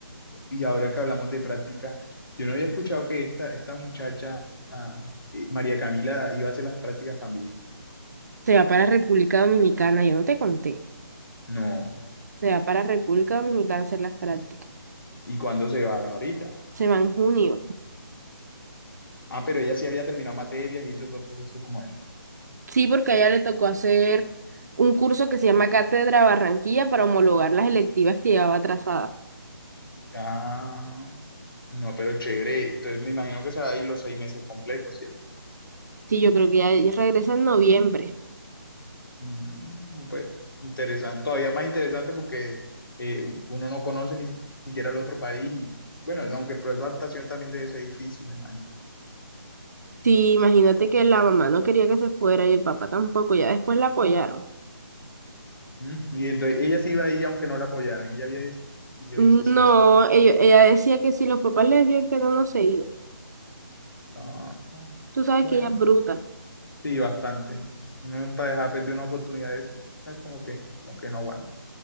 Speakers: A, on the left; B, on the right.
A: y ahora que hablamos de práctica, yo no había escuchado que esta, esta muchacha, ah, eh, María Camila, iba a hacer las prácticas también.
B: se va para República Dominicana, yo no te conté.
A: No,
B: Se va para República Dominicana a hacer las prácticas.
A: ¿y cuándo se va? Ahorita.
B: Se va en junio.
A: Ah, pero ella sí había terminado materias y hizo todo el proceso como era.
B: Sí, porque a ella le tocó hacer un curso que se llama Cátedra Barranquilla para homologar las electivas que llevaba atrasadas.
A: Ah, no, pero chévere. Entonces me imagino que se va a ir los seis meses completos, ¿cierto?
B: Sí, yo creo que ya ya regresa en noviembre.
A: Mm, no, pues interesante. Todavía más interesante porque eh, uno no conoce ni siquiera el otro país. Y, bueno, aunque el proceso de adaptación también debe ser difícil, me imagino.
B: Sí, imagínate que la mamá no quería que se fuera y el papá tampoco, ya después la apoyaron.
A: Mm, y entonces ella sí iba ahí aunque no la apoyaran. Ella había decidido
B: No,
A: irse sí o sí.
B: ello- ella decía que si los papás le decían que no, no se iba.
A: Ah,
B: Tú sabes
A: bueno,
B: que ella es bruta.
A: sí, bastante. Uno para dejar perder una oportunidad de esa, como que, como que no aguanta.